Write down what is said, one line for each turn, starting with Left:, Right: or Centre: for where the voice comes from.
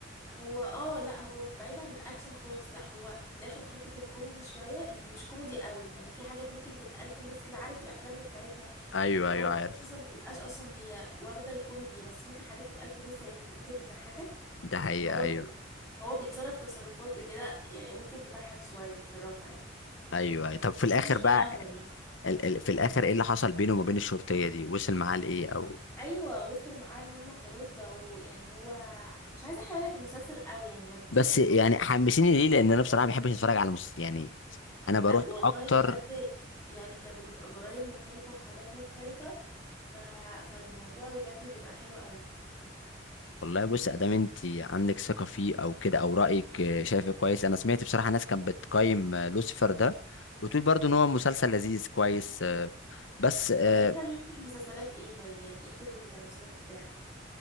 Centre: هو اه لا هو بعيد عن الاكشن خالص لا هو داخل في حتة الكوميدي شوية يعني مش كوميدي قوي يعني في حاجات ممكن تتقال في النص كده عارف الافلام بتاعتنا
Left: ايوه
Centre: اللي
Left: ايوه
Centre: هو ممكن
Left: عارف
Centre: اصلا ما تبقاش اصلا هي واخدة الكوميدي بس ممكن حاجات تتقال في النص هي ممكن تضحكك
Left: ده حقيقة
Centre: هو
Left: ايوه
Centre: كده هو بيتصرف تصرفات بكده يعني ممكن تضحك شوية بصراحة يعني
Left: ايوه أيوة. طب في الاخر
Centre: تحس مش طالع
Left: بقى
Centre: اهبل مثلا
Left: ال- ال- في الاخر ايه اللي حصل بينه وما بين الشرطيه دي وصل معاه لايه او
Centre: ايوه وصل معاه ان هم خلاص بقوا يعني هو مش عايزه احرق لك المسلسل قوي يعني ما تشوفه
Left: بس
Centre: وتقول
Left: يعني حمسيني ليه لان انا بصراحه ما بحبش اتفرج على مس... يعني انا بروح
Centre: لا والله
Left: اكتر
Centre: بجد يعني كانت بتبقى جرايم مختلفة وحاجات مختلفة ف... فالموضوع بجد بيبقى حلو قوي
Left: والله بص ادام انت عندك ثقه فيه او كده او رايك آه، شايفه كويس انا سمعت بصراحه ناس كانت بتقيم آه، لوسيفر ده وتقول برضو ان هو مسلسل لذيذ كويس آه، بس أه
Centre: طب انت ليك في المسلسلات ايه طيب يعني ايه التوبيك بتاع المسلسلات بتاعك